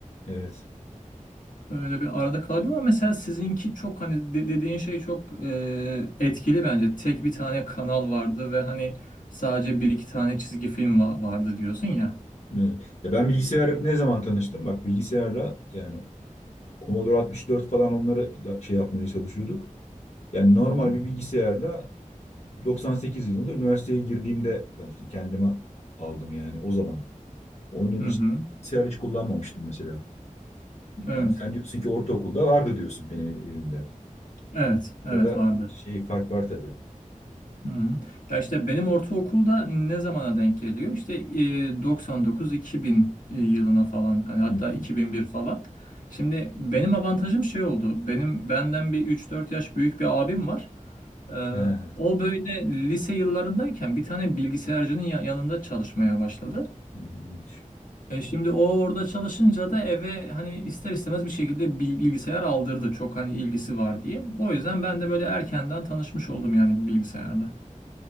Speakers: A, on the left; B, on the left.
A: Evet.
B: Öyle bir arada kalabiliyorum ama mesela sizinki çok hani de- dediğin şey çok e, etkili bence. Tek bir tane kanal vardı ve hani sadece bir iki tane çizgi film va- vardı diyorsun ya.
A: Evet. Ya ben bilgisayar ne zaman tanıştım? Bak bilgisayarla yani Commodore 64 falan onları ya- şey yapmaya çalışıyorduk. Yani normal
B: Hı hı.
A: bir bilgisayarla 98 yılında üniversiteye girdiğimde tanıştım. Kendime aldım yani o zaman. Onun önce
B: Hı hı.
A: bilgisayar hiç kullanmamıştım mesela.
B: Evet.
A: Yani sen diyorsun ki ortaokulda vardı diyorsun benim evimde.
B: Evet. Evet
A: Arada
B: vardı.
A: şey fark var tabii.
B: Hı. Ya işte benim ortaokulda ne zamana denk geliyor? İşte e, 99-2000 yılına falan hani hatta
A: Hmm.
B: 2001 falan. Şimdi benim avantajım şey oldu. Benim benden bir 3-4 yaş büyük bir abim var. Ee,
A: Ha,
B: o böyle lise yıllarındayken bir tane bilgisayarcının ya- yanında çalışmaya başladı.
A: ilginç.
B: E şimdi o orada çalışınca da eve hani ister istemez bir şekilde bil- bilgisayar aldırdı. Çok hani ilgisi var diye. O yüzden ben de böyle erkenden tanışmış oldum yani bilgisayarla.